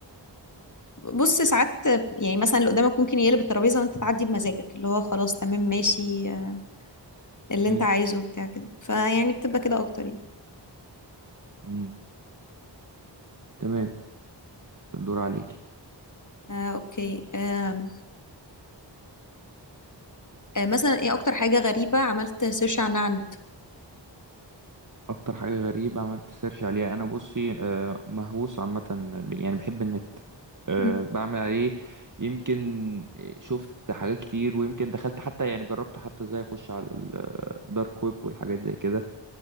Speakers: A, on the left; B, on the right.
A: بص ساعات آه، يعني مثلا اللي قدامك ممكن يقلب الترابيزه وانت تعدي بمزاجك اللي هو خلاص تمام ماشي آه، اللي
B: مم.
A: انت عايزه وبتاع كده فيعني بتبقى كده اكتر يعني
B: مم. تمام الدور عليكي
A: آه اوكي آه آه مثلا ايه اكتر حاجة غريبة عملت سيرش عنها على النت
B: اكتر حاجه غريبه عملت سيرش عليها انا بصي آه، مهووس عامه ب- يعني بحب النت آه،
A: مم.
B: بعمل عليه يمكن آه، شفت حاجات كتير ويمكن دخلت حتى يعني جربت حتى ازاي اخش على الدارك ويب والحاجات زي كده